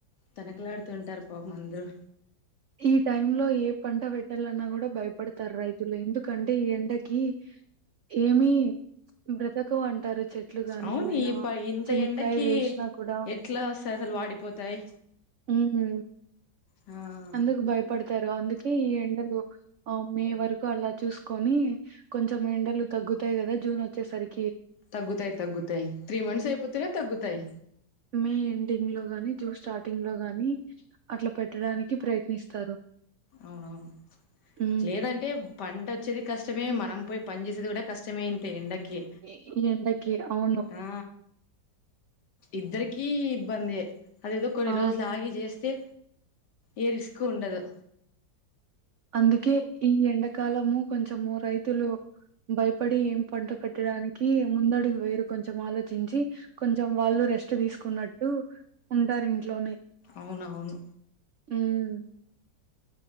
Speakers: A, on the left; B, on the right.
A: తనక్లాడుతుంటారు పాపం అందరు
B: ఈ టైం లో ఏ పంట వెట్టాలన్నా గూడా భయపడతారు రైతులు ఎందుకంటే ఈ ఎండకి ఏమి బ్రతకవు అంటారు చెట్లు గాని
A: అవును
B: ఏమైనా
A: ఈ ప ఇంత
B: చెనాక్కాయ్
A: ఎండకి
B: వేశినా కూడా
A: ఎట్లా వస్తాయి అసలు వాడిపోతాయి
B: మ్మహు
A: ఆ
B: అందుకు భయపడతారు అందుకే ఈ ఎండలు ఆ మే వరకు అలా చూసుకొని కొంచెం ఎండలు తగ్గుతాయి కదా జూన్ ఒచ్చేసరిక్
A: తగ్గుతాయ్ తగ్గుతాయ్ త్రీ మంత్స్ అయిపోతెనే తగ్గుతాయ్
B: మే ఎండింగ్ లో గాని జూన్ స్టార్టింగ్ లో గాని అట్ల పెట్టడానికి ప్రయత్నిస్తారు
A: అవునవును
B: హ్మ్.
A: లేదంటే పంట ఒచ్చేది కష్టమే మనం పోయి పని చేసేది కూడా కష్ షమే ఇంత ఎండ కి
B: ఈ ఈ ఎండకి అవును.
A: ఆ ఇద్దరికీ ఇబ్బందే అదెదొ కొన్ని
B: ఆ!
A: రోజులు ఆగి జేస్తే ఏ రిస్క్ ఉండదు
B: అందుకె ఈ ఎండాకాలము కొంచము రైతులు భయపడి ఏం పంట పెట్టడానికి ముందడుగు వేయరు కొంచెం ఆలోచించి కొంచెం వాళ్ళు రెస్ట్ తీసుకున్నట్టు ఉంటారు ఇంట్లోనే
A: అవునవును
B: ఉమ్